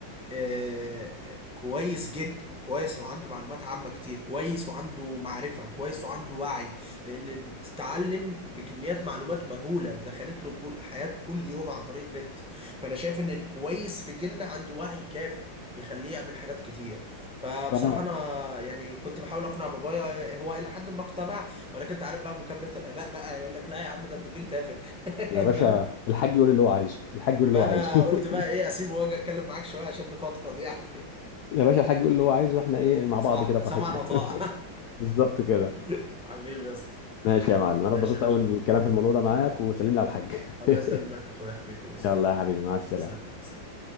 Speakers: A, in the centre; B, on the left.
A: آه، آه، كويس جدا كويس وعنده معلومات عامة كتير كويس وعنده معرفة كويس وعنده وعي لأن تتعلم بكميات معلومات مهولة دخلت له كل حياته كل يوم عن طريق النت فأنا شايف إن الكويس في جيلنا عنده وعي كافي يخليه يعمل حاجات كتير فبصراحة
B: فانا
A: أنا يعني كنت بحاول أقنع بابايا هو إلى حد ما اقتنع ولكن أنت عارف بقى مكابرة الآباء بقى يقول لك لا يا عم ده أنتوا جيل تافه <laughs>
B: يا باشا
A: فاهم
B: الحاج يقول اللي هو عايزه
A: <laughs>
B: الحاج يقول اللي
A: فانا
B: هو عايزه
A: قلت
B: <laughs>
A: بقى ايه اسيبه واجي اتكلم معاك شويه عشان نفضفض يعني
B: يا باشا الحاج يقول اللي هو عايزه واحنا ايه مع
A: <laughs>
B: بعض
A: صح
B: كده
A: سمعا
B: براحتنا
A: وطاعة
B: <laughs> بالظبط كده
A: <laughs> حبيبي يا اسطى
B: ماشي يا معلم انا اتبسطت
A: ماشي يا باشا
B: قوي بالكلام في الموضوع ده معاك وسلم لي على الحاج
A: الله يسلمك
B: <laughs>
A: يا اخويا حبيبي يوصل
B: يلا يا حبيبي مع السلامه
A: سلام سلام